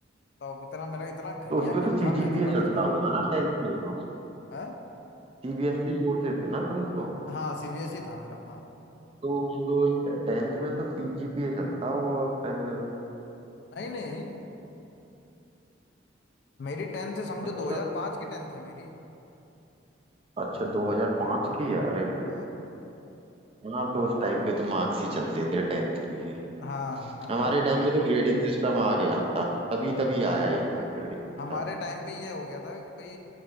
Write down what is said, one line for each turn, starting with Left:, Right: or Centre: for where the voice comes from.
Left: तो इतना मेरा इतना घटिया
Right: तो उसपे तो
Left: गड्ढा
Right: सीजीपीए
Left: मैथ था
Right: चलता
Left: कुछ कहने
Right: होगा
Left: को नहीं
Right: ना टेंथ में तो
Left: है
Right: सीबीएसई बोर्ड से थे ना तुम तो
Left: हाँ सीबीएसई था मेरा हाँ
Right: तो वो तो टेंथ में तो सीजीपीए चलता होगा उस टाइम पे तो
Left: नहीं नहीं मेरी टेंथ है समझो
Right: अच्छा
Left: 2005 की टेंथ है मेरी
Right: अच्छा 2005 की है अरे भाई
Left: हाँ
Right: हाँ तो उस टाइम पे तो मार्क्स ही चलते थे टेंथ में भी
Left: हाँ हाँ
Right: हमारे टाइम पे तो ग्रेडिंग सिस्टम आ गया था तभी तभी
Left: हाँ।
Right: आया ही था ग्रेडिंग सिस्टम
Left: हमारे टाइम पे ये हो गया था कि भाई